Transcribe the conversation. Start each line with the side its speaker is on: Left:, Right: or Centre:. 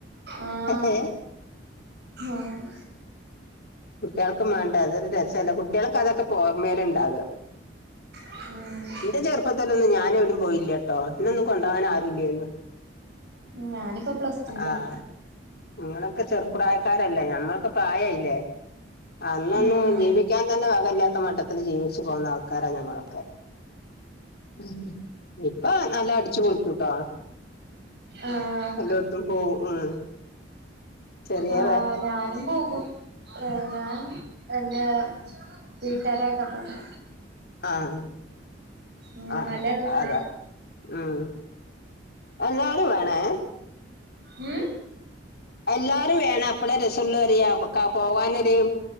Right: ആഹ്
Left: ഏ
Right: ആഹ്
Left: കുട്ടികൾക്ക് മാണ്ടേ അതൊരു രസല്ലേ കുട്ടിൾക്ക് അതൊക്കെപോ ഓർമേല് ഉണ്ടാക
Right: ആഹ്
Left: എന്റെ ചെറുപ്പത്തിലെന്നും ഞാന് എവിടെ പോയില്ല ട്ടോ ഇഞ്ഞെന്നും കൊണ്ടാവാൻ ആരു ഇല്ലേന്ന് -
Right: ഞാനിപ്പ പ്ലസ്റ്റുലാ
Left: ആഹ് നിങ്ങളൊക്കെ ചെറുപ്രായക്കാരല്ലേ ഞമ്മൾക്കെ പ്രായയില്ലേ? അന്നൊന്നും
Right: ഉം
Left: ജീവിക്കാൻ തന്നെ വകയില്ലാത്ത മട്ടത്തില്ൽ ജീവിച്ചു പോകുന്ന ആൾക്കാരാ ഞങ്ങളൊക്കെ. ഉം ഇപ്പ നല്ല അടിച്ചു പൊളിച്ചുട്ടോ.
Right: ആഹ്
Left: എല്ലോടത്തും പോവും ഉം ചെറിയ
Right: ആഹ്
Left: വേ
Right: ഞാനും പോകും ഏ ഞാന് എൻ്റെ വീട്ടുകാരെ ഏട്ടമ്മാരെ
Left: ആഹ്
Right: ഉം
Left: ആഹ്
Right: നല്ല രസാ
Left: അതാ ഉം എല്ലാരും വേണേ
Right: ഉം
Left: എല്ലാരും വേണം അപ്പളെ രസള്ളു പറിയ പോകാനര്